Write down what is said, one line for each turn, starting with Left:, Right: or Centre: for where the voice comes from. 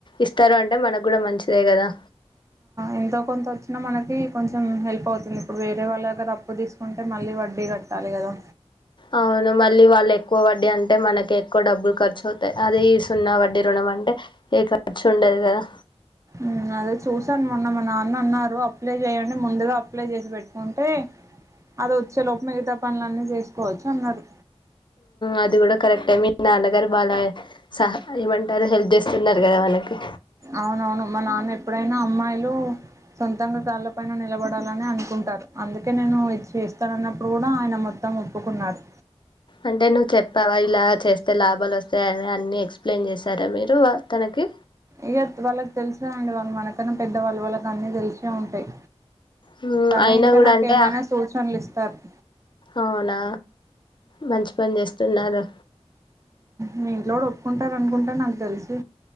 Left: ఇస్తారు అంటే మనకూడా మంచిదేకదా
Right: ఎంతో కొంత వచ్చినా మనకి కొంచెం హెల్ప్ అవుతుంది ఇప్పుడు వేరే వాళ్ళ దగ్గర అప్పు తీసుకుంటే మళ్ళీ వడ్డీ కట్టాలి కదా
Left: అవును మళ్ళీ వాళ్ళు ఎక్కువ వడ్డీ అంటే మనకి ఎక్కువ డబ్బులు ఖర్చు అవు అదే ఈ సున్నా వడ్డీ రుణం అంటే ఏ ఖర్చు ఉండదు కదా
Right: ఉమ్ అదే చూసాను మొన్న మా అన్నారు అప్లై చేయండి ముందుగా అప్లై చేసి పెట్టుకుంటే అది వచ్చే లోపు మిగతా పనులన్నీ చేసుకోవచ్చు అన్నారు
Left: అది కూడా కరెక్ట్ ట నాన్నగారు బా సహ ఏమంటారు హెల్ప్ చేస్తున్నారు కదా మనకి
Right: అవునవును మా నాన్న ఎప్పుడైనా అమ్మాయిలూ సొంతంగా కాల పైన నిలబడాలనే అనుకుంటారు అందుకే నేను ఇది చేస్తానన్నప్పుడు కూడా ఆయన మొత్తం ఒప్పుకున్నారు
Left: అంటే నువ్వు చెప్పావ ఇలా చేస్తే లాభలొస్తాయి అని అన్ని ఎక్స్ ఎక్స్ప్లెయిన్ చేశారా మీరు తనకి
Right: ఇక వాళ్ళకి తెలుసునండి మనకన్నా పెద్దవాళ్ళు వాళ్ళకు అన్నిీ తెలిసే ఉంటాయి
Left: హ్మ్.
Right: తను
Left: అయినా
Right: ఇంకా
Left: కూడా
Right: నాకు
Left: అంటే
Right: ఏమైనా
Left: ఆహ్
Right: సూచనలు ఇస్త తత్
Left: అవునా మంచి పని చేస్తున్నారు
Right: మీ ఇంట్లో కూడా ఒప్పుకుంటారనుకుంట నాక్ తెలిసి